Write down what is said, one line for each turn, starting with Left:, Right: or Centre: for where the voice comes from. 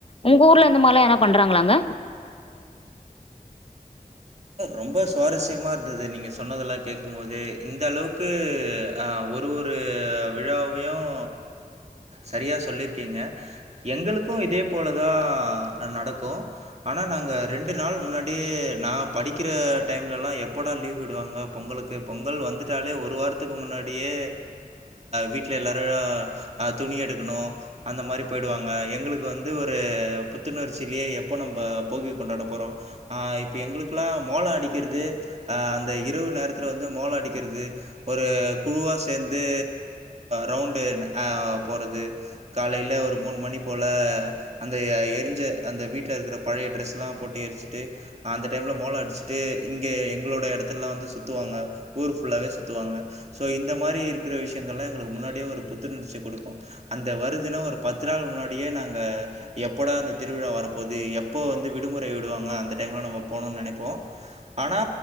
Left: உங்க ஊர்ல இந்த மாதிரிலாம் பண்றாங்களாங்க
Right: ரொம்ப சுவாரஸ்யமா இருந்தது நீங்கள் சொன்னதெல்லாம் கேட்கும்போது இந்த அளவுக்கு ஒரு ஒரு விழாவையும் சரியா சொல்லியிருக்கீங்க எங்களுக்கும் இதே போ போல தான் நடக்கும் ஆனால் நாங்கள் ரெண்டு நாள் முன்னாடி நான் படிக்கிற டைம்லலாம் எப்போடா லீவு விடுவாங்க பொங்கலுக்கு பொங்கல் வந்துட்டாலே ஒரு வாரத்துக்கு முன்னாடியே வீட்ல எல்லோாரு துணி எடுக்கணும் அந்த மாதிரி போயிடுவாங்க எங்களுக்கு வந்து ஒரு புத்துணர்ச்சிலயே எப்போ நம்ம போகி கொண்டாட போறோம் இப்போ எங்களுக் ல மோள அடிக்கிறது அந்த இரவு நேரத்தில் வந்து மோளம் அடிக்கிறது ஒரு குழுவா சேர்ந்து ரவுண்டு போறது காலையில் ஒரு மூணு மணி போல அந்த எரிஞ்ச அந்த வீட்டில இருக்கிற பழைய டிரெஸ் எல்லாம் போட்டு எரிச்சிட்டு அந் டைம்ல மோளம் அடிச்சுட்டு இங்க எங்களோட எடத்து ல்லாம் வந்து சுத்துவாங்க ஊர் ஃபுல்லாவே சுத்துவாங்க சோ இந்த மாதிரி இருக்கிற விஷயங்கள் லாம் எங்களுக்கு முன்னாடியே ஒரு புத்துணர்ச்சி கொடுக்கும் அந்த வருதுன ஒரு பத்து நாள் முன்னாடியே நாங்க ஆஹ் எப்படா அந்த திருவிழா வரு இப்போது எப்போ வந்து விடுமுறை விடுவாங்க அந்த டைம்ல நம்ம போணுனு நெனைப்போம் ஆனா